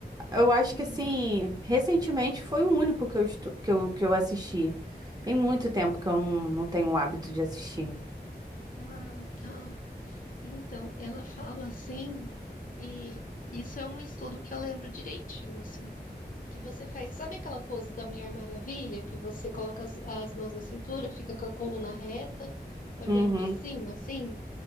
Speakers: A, on the right; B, on the left.
A: Eu acho
B: Uhum.
A: que, assim, recentemente foi o único que eu, estu- que eu, que eu assisti. Tem muito tempo que eu não, não tenho o hábito de assistir.
B: Ah, tá. Então, ela fala assim, e isso é um estudo que eu lembro direitinho, assim, que você faz, sabe aquela pose da Mulher Maravilha, que você coloca as, as mãos na cintura, fica com a coluna reta, olhando
A: Uhum,
B: de cima, assim?